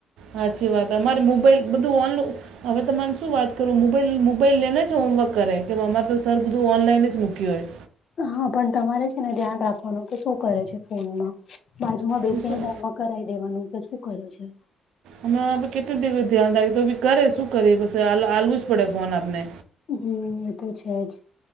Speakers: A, on the right; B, on the left.
A: હાચી વાત અમારે મોબાઈલ બધું ઓન હવે તમારે શું વાત કરું મોબાઈલ મોબાઈલ લઈને જ હોમવર્ક કરે. કે અમારે તો સર બધું ઓનલાઈન જ મૂક્યું હોય
B: હા પણ તમારે છે ને ધ્યાન રાખવાનું કે શું કરે છે ફોનમાં બાજુમાં બેસીને
A: હું શું
B: હોમવર્ક કરાઈ દેવાનું કે શું કરે છે.
A: અમે આપે કેટલી દિવસ ધ્યાન રાખીએ તો ભી કરે શું કરી પ આલવું જ પડે ફોન આપને.
B: હમ્મ એ તો છે જ.